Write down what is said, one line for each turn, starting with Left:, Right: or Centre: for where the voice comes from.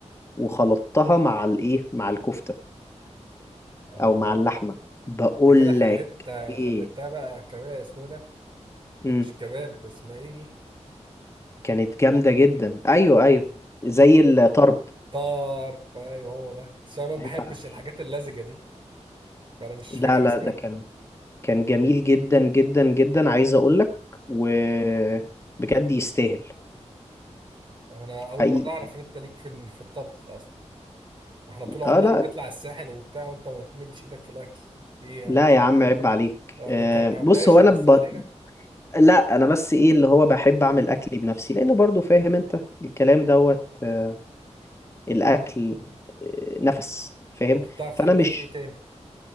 Left: وخلطتها مع الايه مع الكفتة
Right: الله
Left: او مع اللحمة بقول
Right: انت كده خليت
Left: لك ايه
Right: خليتها بقى كباب اسمه إيه ده
Left: امم
Right: مش كباب اسمها ايه دي
Left: كانت جامدة جدا ايوه ايوه زي الطرب
Right: طرب ايوه هو ده بس انا ما
Left: عيب
Right: بحبش
Left: عليك
Right: الحاجات اللزجة دي فانا مش
Left: لا
Right: فاكر
Left: لا
Right: اسمها
Left: ده كان كان جميل جدا جدا جدا عايز اقول لك وبجد يستاهل
Right: انا
Left: حقيقي
Right: اول مره اعرف ان انت ليك في ال- في الطبخ اصلا ما احنا طول عمرنا
Left: اه لا
Right: بنطلع الساحل وبتاع وانت ما بتمدش ايدك في الاكل ايه يعني
Left: لا يا عم عيب عليك
Right: ولا
Left: آه
Right: انت
Left: بص
Right: باشا
Left: هو انا
Right: بس
Left: ب...
Right: علينا
Left: لا انا بس ايه اللي هو بحب اعمل اكلي بنفسي لانه برضو فاهم انت الكلام دوت آه، الاكل آه، نفس فاهم
Right: طب بتعرف
Left: فانا
Right: تعمل
Left: مش
Right: اكل ايه تاني